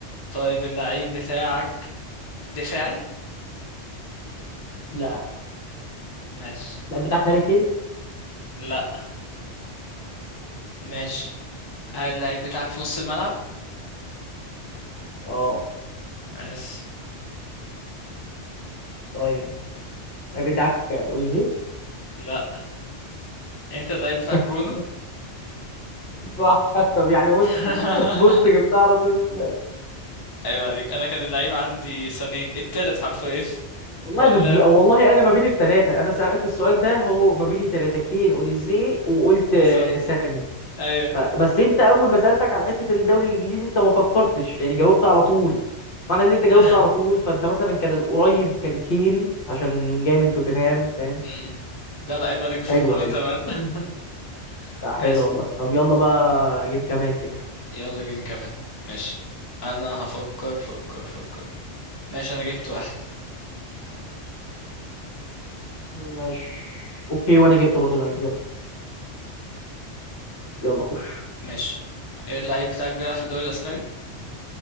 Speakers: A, on the left; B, on the left.
A: طيب اللعيب بتاعك دفاعي
B: لا
A: ماشي
B: اللاعب بتاعك هاري كين
A: لا ماشي هل اللعيب بتاعك في نص الملعب
B: اه
A: ماشي
B: طيب اللاعب بتاعك اوليزي
A: لا انت اللعيب بتاعك
B: <laughs>
A: برونو
B: صح طب يعني بص
A: <laughs>
B: بص جبتها على طول ازاي
A: ايوه عليك انا كان اللعيب عندي سنين التالت حرفيا <laughs>
B: والله
A: ما هو اللي
B: بز...
A: لعب
B: والله انا ما بين الثلاثه انا سالت السؤال ده هو ما بين ثلاثه كين اوليزي وقلت
A: هو
B: آه،
A: سن
B: ساني
A: ايوه
B: ف... بس انت اول ما سالتك على حته الدوري الانجليزي انت ما فكرتش يعني جاوبت على طول معنى ان انت جاوبت
A: <laughs>
B: على طول فانت مثلا كان القريب كان كين عشان جاي من توتنهام فاهم
A: م-م. لا لا عيب عليك بشوف
B: حلو
A: كوره
B: حلو
A: من زمان <laughs>
B: لا حلو
A: ماشي
B: والله طب يلا بقى جيب كمان كده
A: يلا جيم كمان ماشي انا هفكر فكر فكر ماشي انا جبت واحد
B: ماشي اوكي وانا جبت برضو لعيب يلا يلا خش
A: ماشي اللعيب بتاعك بيلعب في الدوري الاسباني